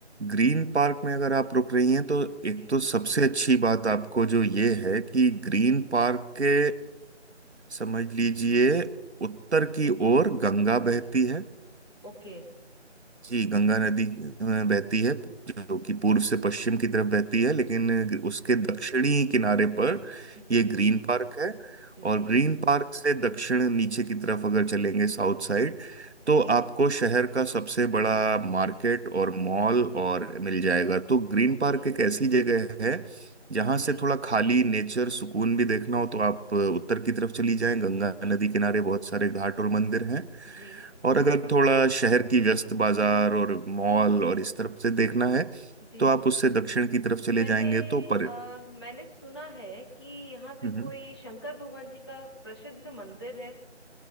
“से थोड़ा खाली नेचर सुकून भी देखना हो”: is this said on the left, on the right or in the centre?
Right